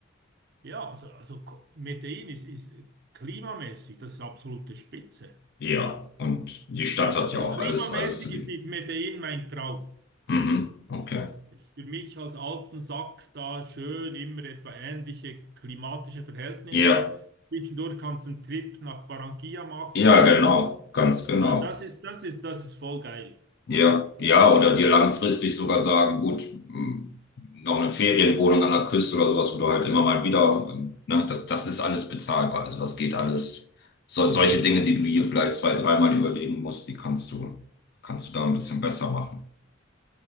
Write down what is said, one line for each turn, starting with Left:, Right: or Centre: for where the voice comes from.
Right: ja, also, also Ko- Medellin ist, ist klimamäßig, das ist absolute Spitze.
Left: Ja, und die Stadt hat
Right: Also
Left: ja auch
Right: klimamäßig
Left: alles, alles zu bieten.
Right: ist, ist Medellin mein Traum.
Left: Mhm, okay.
Right: Jetzt für mich als alten Sack da schön immer etwa ähnliche klimatische Verhältnisse.
Left: Ja,
Right: Zwischendurch kannst du einen Trip nach Barranquilla machen
Left: ja,
Right: oder
Left: genau,
Right: so.
Left: ganz genau.
Right: Äh, das ist, das ist, das ist voll geil.
Left: Ja, ja, oder dir langfristig sogar sagen, gut, m, noch eine Ferienwohnung an der Küste oder sowas, wo du halt immer mal wieder, ähm, ne, das, das ist alles bezahlbar. Also das geht alles. So, solche Dinge, die du hier vielleicht zwei, dreimal überlegen musst, die kannst du, kannst du da ein bisschen besser machen.